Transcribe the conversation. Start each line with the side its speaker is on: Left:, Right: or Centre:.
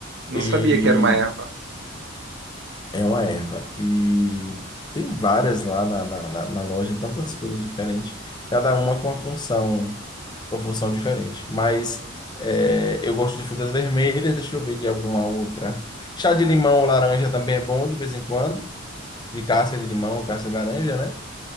Right: Não
Left: E
Right: sabia que era uma erva.
Left: é uma erva. E tem várias lá na, na, na- na loja, tantas coisas diferentes, cada uma com a função, com a função diferente. Mas é, eu gosto de frutas vermelhas, deixa eu ver de alguma outra. Chá de limão ou laranja também é bom de vez em quando. De casca de limão ou casca de laranja, né?